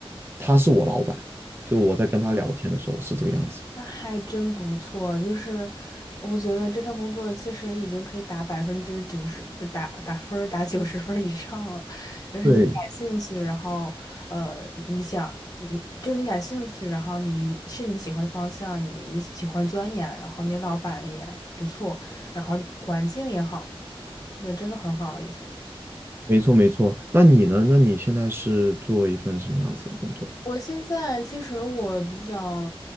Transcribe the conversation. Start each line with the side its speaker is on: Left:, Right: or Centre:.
Right: 他是我老板。就我在跟他聊天的时候是这个样子。
Left: 那还真不错，就是我觉得这份工作其实已经可以打百分之九十，呃打打分儿打九十分儿以上了。就是你感兴趣，
Right: 对，
Left: 然后呃，你想，你就是你感兴趣，然后你是你喜欢的方向，你喜欢钻研，然后你老板也不错，然后环境也好，那真的很好，已经。
Right: 没错没错。那你呢？那你现在是做一份什么样子的工作？
Left: 我现在其实我比较，